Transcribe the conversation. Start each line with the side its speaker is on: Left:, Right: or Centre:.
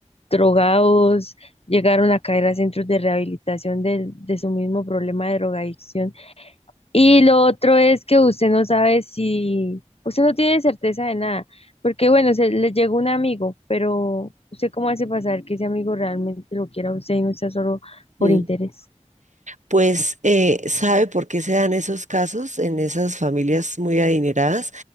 Left: drogados, llegaron a caer a centros de rehabilitación del- de, su mismo problema de drogadicción y lo otro es que usted no sabe si, usted no tiene certeza de nada, porque bueno, se le llegó un amigo, pero usted cómo hace pasar que ese amigo realmente lo quiera a usted y no sea solo por
Right: mm.
Left: interés.
Right: pues eh, sabe por qué se dan esos casos en esas familias muy adineradas,